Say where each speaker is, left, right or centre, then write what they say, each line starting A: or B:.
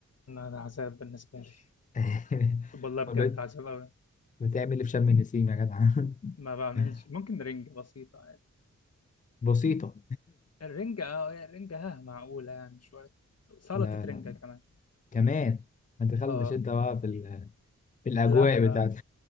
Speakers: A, on the left; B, on the left.
A: أنا ده عذاب بالنسبة لي
B: <laughs>
A: والله بجد
B: أمال بت-
A: عذاب أوي
B: بتعمل إيه في شم النسيم يا جدع
A: ما بعملش
B: <laughs>
A: ممكن رنج بسيطة يعني
B: بسيطة
A: الرنجة اه الرنجة ها معقولة يعني شوية
B: <laughs>
A: سلطة
B: لا لا
A: رنجة كمان
B: كمان ما دخلتش
A: اه
B: انت بقى في, ال... في الأجواء
A: لا لا
B: بتاعت